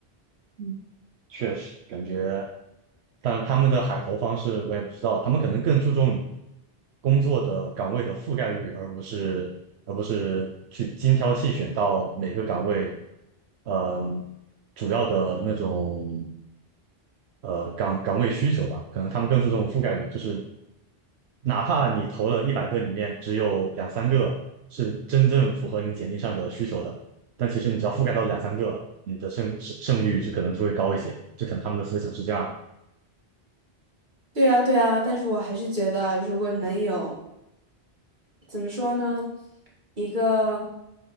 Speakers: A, on the right (about 75°); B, on the right (about 45°).
A: 嗯确实感觉，但他们的海投方式我也不知道，他们可能更注重工作的岗位的覆盖率，而不是而不是去精挑细选到每个岗位，嗯，主要的那种。呃岗岗位需求吧，可能他们更注重覆盖率，就是哪怕你投了一百个里面只有两三个是真正符合你简历上的需求的，但其实你只要覆盖到两三个，你的胜胜胜率就可能就会高一些。就可能他们的思想是这样，
B: 对啊，对啊，但是我还是觉得，如果能有，怎么说呢，一个，